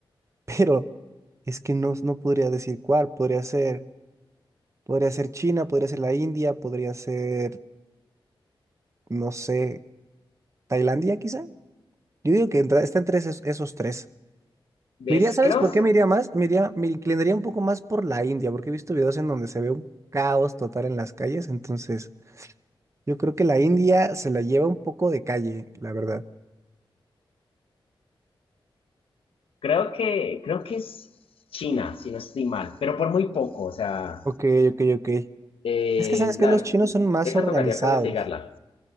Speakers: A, on the right; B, on the left.
A: pero es que no, no podría decir cuál. Podría ser, podría ser China, podría ser la India, podría ser, no sé, Tailandia quizá. Yo digo que entra- está entre esos, esos tres.
B: Es,
A: Me iría, ¿sabes
B: creo,
A: por qué me iría más? Me iría, me inclinaría un poco más por la India, porque he visto videos en donde se ve un caos total en las calles. Entonces, yo creo que la India se la lleva un poco de calle, la verdad.
B: creo que, creo que es China, si no estoy mal, pero por muy poco, o sea,
A: Ok, ok, ok.
B: eh,
A: Es que sabes
B: la-
A: que los chinos son más
B: esa
A: organizados,
B: tocaría creo investigarla.